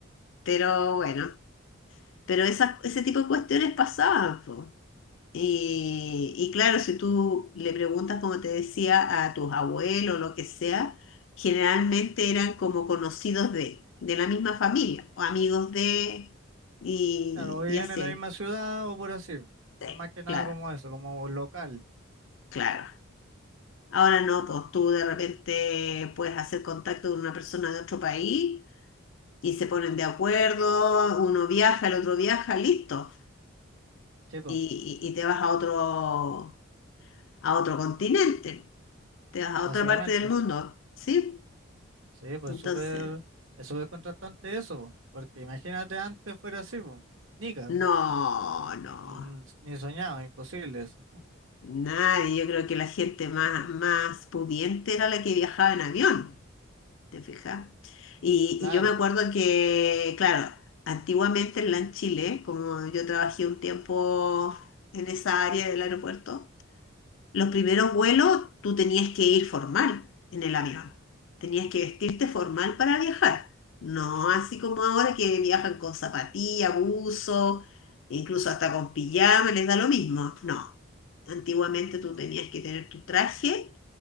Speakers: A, on the left; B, on the right.
A: Pero bueno, pero esas- ese tipo de cuestiones pasaban, po. Y, y claro, si tú le preguntas, como te decía, a tus abuelos, o lo que sea, generalmente eran como conocidos de, de la misma familia, o amigos de, y,
B: claro, o vivían
A: y así.
B: en la misma ciudad o por así,
A: Sí,
B: es más que nada
A: claro,
B: como eso, como local,
A: claro. Ahora no, pues tú de repente puedes hacer contacto con una persona de otro país y se ponen de acuerdo, uno viaja, el otro viaja, listo.
B: sí, po,
A: Y, y- y te vas a otro, a otro continente, te vas
B: básicamente,
A: a otra parte del mundo, ¿sí?
B: sí, pues
A: Entonces,
B: súper, es súper contrastante eso, po, porque imagínate antes fuera así, pues, nica,
A: no,
B: no,
A: no.
B: mm, ni soñado, imposible eso,
A: Nadie, yo creo que la gente más, más pudiente era la que viajaba en avión. ¿Te fijas? Y,
B: claro.
A: y yo me acuerdo que, claro, antiguamente en LAN Chile, como yo trabajé un tiempo en esa área del aeropuerto, los primeros vuelos tú tenías que ir formal en el avión. Tenías que vestirte formal para viajar. No así como ahora que viajan con zapatilla, buzo, incluso hasta con pijama, les da lo mismo. No. Antiguamente tú tenías que tener tu traje